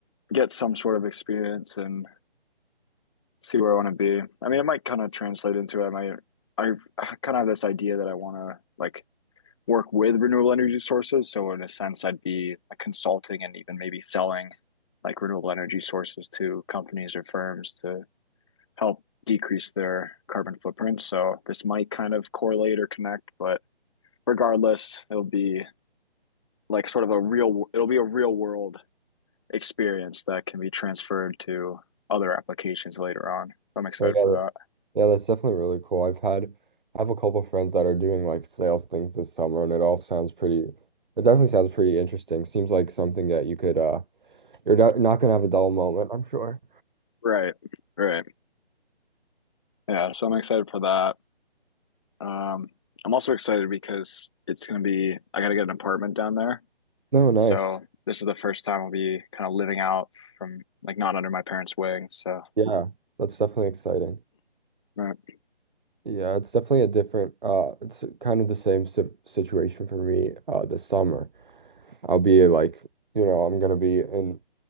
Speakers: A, on the left (about 30°); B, on the right (about 50°).
A: get some sort of experience and see where I want to be. I mean, it might kind of translate into it. I might, I've, I kind of have this idea that I want to like work with renewable energy sources. So in a sense, I'd be like consulting and even maybe selling like renewable energy sources to companies or firms to help decrease their carbon footprint. So this might kind of correlate or connect, but regardless, it'll be like sort of a real, it'll be a real world experience that can be transferred to other applications later on. So I'm excited
B: but yeah.
A: for that.
B: Yeah, that's definitely really cool. I've had I have a couple friends that are doing like sales things this summer and it all sounds pretty it definitely sounds pretty interesting. Seems like something that you could uh you're not, not gonna have a dull moment, I'm sure.
A: Right, right. Yeah, so I'm excited for that. Um, I'm also excited because it's gonna be, I gotta get an apartment down there.
B: No, nice.
A: So this is the first time I'll be kind of living out from like not under my parents' wing. So
B: Yeah, that's definitely exciting.
A: right.
B: Yeah, it's definitely a different uh it's kind of the same si situation for me uh this summer. I'll be like, you know, I'm gonna be in